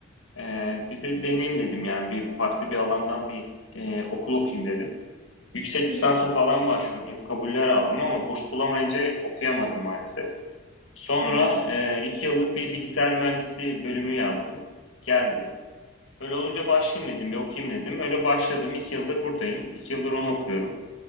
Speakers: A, on the left (about 75°); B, on the right (about 60°).
A: Ee, Bir de deneyim dedim yani. Bir farklı bir alandan bir e, okul okuyayım dedim. Yüksek
B: Hı
A: lisansa
B: hı,
A: falan başvurdum. Kabuller aldım ama burs bulamayınca okuyamadım maalesef. Sonra
B: hı hı.
A: eee, iki yıllık bir bilgisayar mühendisliği bölümü yazdım. Geldi. Öyle olunca başlayayım dedim, bir okuyayım dedim. Öyle başladım. İki yıldır buradayım. İki yıldır onu okuyorum.